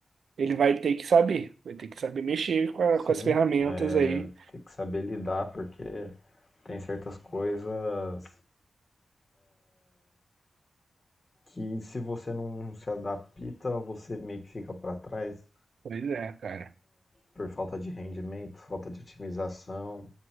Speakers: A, on the right; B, on the left.
A: ele vai ter que saber, vai ter que saber mexer com, a-
B: Sim,
A: com as ferramentas
B: é,
A: aí.
B: tem que saber lidar porque tem certas coisas que se você não se adapta, você meio que fica para trás
A: Pois é, cara.
B: por falta de rendimento, falta de otimização,